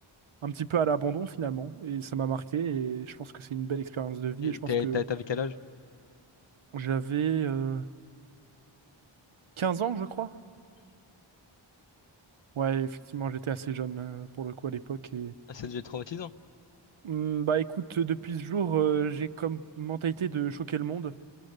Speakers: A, on the right; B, on the left.
A: un petit peu à l'abandon finalement. Et ça m'a marqué et je pense que c'est une belle expérience de vie.
B: Et
A: Et je pense
B: t'as-
A: que
B: t'as- t'avais quel âge?
A: j'avais euh, 15 ans, je crois. Ouais, effectivement, j'étais assez jeune euh, pour le coup à l'époque
B: Ah, Ça devait être traumatisant.
A: Hmm, Bah écoute, euh, depuis ce jour, euh, j'ai comme mentalité de choquer le monde.